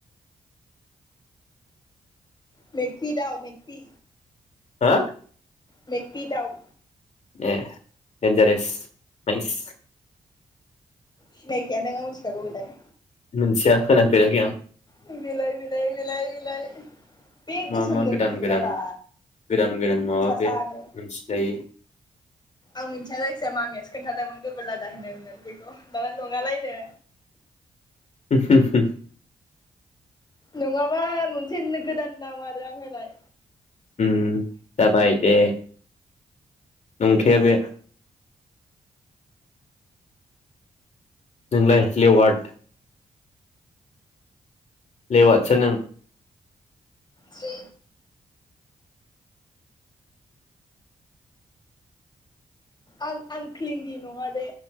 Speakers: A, on the left; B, on the left.
A: मेगपि दाव मेगपि
B: हा
A: मेक्बि दाउ
B: ए देनजारेस नाइस
A: सिनायखाया नों आं मिथिखागौ बेलाय
B: मोनथिया खोनाफेराखै आं
A: बिलाइ बिलाइ <unintelligible> गोसोमजों
B: मा मा गोदान
A: गुफुरारा
B: गोदान गोदान गोदान माबा
A: सासानो
B: बे मोनथिलायै
A: आं मिथिया जायखिजाया मामियासो खोन्थादोंमोन गोबोर लादा होनो होननानै बेखौ दाना दङालायनो।
B: होम होम होम
A: नङाबा मोनसे गोदान नाम आरो आं होनाय
B: ओम जाबाय दे नंखाया बे नोंलाय लेवार्ड लेवादसो नों
A: सि आं आंख्लिंगि नङादे